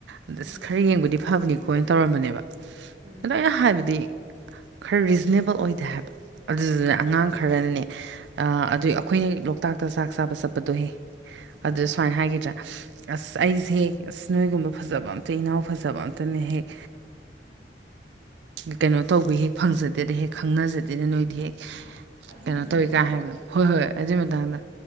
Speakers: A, on the right; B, on the right.
A: ꯑꯗ
B: ꯎꯝ
A: ꯈꯔ ꯌꯦꯡꯕꯨꯗꯤ ꯐꯕꯅꯤ ꯈꯣꯅ ꯇꯧꯔꯝꯕꯅꯦꯕ ꯑꯗꯣ
B: ꯎꯝ
A: ꯑꯩꯅ ꯍꯥꯏꯕꯗꯤ ꯈꯔ ꯔꯤꯖꯅꯦꯕꯜ ꯑꯣꯏꯗꯦ ꯍꯥꯏꯕ ꯑꯗꯨꯗꯨꯅꯦ
B: ꯑꯣꯏꯗꯦ
A: ꯑꯉꯥꯡ
B: ꯑꯣꯏꯗꯦ
A: ꯈꯔꯅꯅꯦ ꯑ ꯑꯗꯨ ꯑꯩꯈꯣꯏꯅ ꯂꯣꯛꯇꯥꯛꯇ ꯆꯥꯛ ꯆꯥꯕ ꯆꯠꯄꯗꯣꯍꯦ
B: ꯈꯪꯉꯦ
A: ꯑꯗꯨ ꯁꯨꯃꯥꯏꯅ ꯍꯥꯏꯒꯗ꯭ꯔꯥ ꯑꯁ ꯑꯩꯁꯦ ꯑꯁ ꯅꯣꯏꯒꯨꯝꯕ ꯐꯖꯕ ꯑꯝꯇ ꯏꯅꯥꯎ ꯐꯖꯕ ꯑꯝꯇ ꯑꯗꯨꯅ ꯍꯦꯛ ꯀꯩꯅꯣ ꯇꯧꯕ ꯍꯦꯛ ꯐꯪꯖꯗꯦꯗ ꯍꯦꯛ ꯈꯪꯅꯖꯗꯦꯗ ꯅꯣꯏ ꯍꯦꯛ
B: ꯃꯥ ꯑꯔꯤꯕꯤꯗꯨꯅ
A: ꯀꯩꯅꯣ ꯇꯧꯋꯤ ꯀꯥꯏ
B: ꯍꯥꯏꯔꯤꯔꯣ
A: ꯍꯥꯏꯕꯗꯣ ꯍꯣꯏ ꯍꯣꯏ ꯑꯗꯨꯏ ꯃꯇꯥꯡꯗ